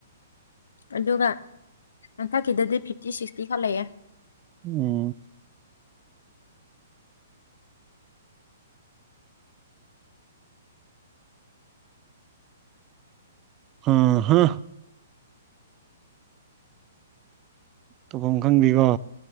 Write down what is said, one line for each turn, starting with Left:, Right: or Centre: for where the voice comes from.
Left: ꯑꯗꯨꯒ ꯃꯟꯊꯛꯀꯤꯗꯗꯤ ꯐꯤꯐꯇꯤ ꯁꯤꯛ ꯈꯛꯇ ꯂꯩꯑꯦ꯫
Right: ꯎꯝ ꯑ ꯍꯥ ꯇꯧꯐꯝ ꯈꯪꯗꯦꯀꯣ